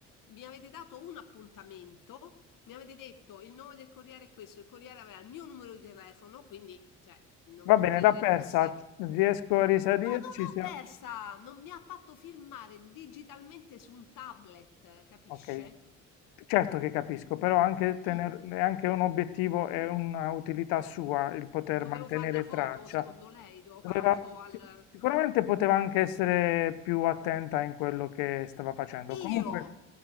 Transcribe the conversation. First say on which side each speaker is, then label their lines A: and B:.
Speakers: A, on the left; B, on the left.
A: mi avete dato un appuntamento, mi avete detto il nome del corriere è questo, il corriere aveva il mio numero di telefono, quindi cioè, non,
B: Va
A: non
B: bene,
A: credo
B: l'ha
A: che
B: persa,
A: fosse...
B: riesco a risalirci?
A: No, non l'ho
B: se-
A: persa! Non mi ha fatto firmare digitalmente su un tablet, capisce?
B: Ok, certo che capisco, però anche tener-
A: Mm.
B: è anche un obiettivo e una utilità sua il poter
A: Dovevo
B: mantenere
A: fare la foto,
B: traccia.
A: secondo lei? Dovevo
B: Doveva-
A: fare la foto al...
B: sic- sicuramente
A: ah.
B: poteva anche essere più attenta in quello che stava facendo. Comunque,
A: Io?